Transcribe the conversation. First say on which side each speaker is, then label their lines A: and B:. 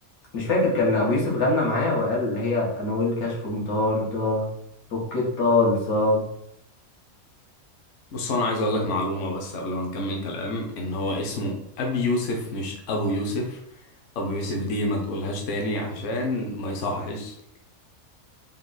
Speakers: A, on the left (about 85°); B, on the left (about 65°).
A: مش فاكر كان ابو يوسف غنى معاه وقال اللي هي انا والكشف مطاردة فك الطلسم
B: بص هو انا عايز اقول لك معلومة بس قبل ما نكمل كلام ان هو اسمه ابي يوسف مش ابو يوسف ابو يوسف دي ما تقولهاش تاني عشان ما يصحش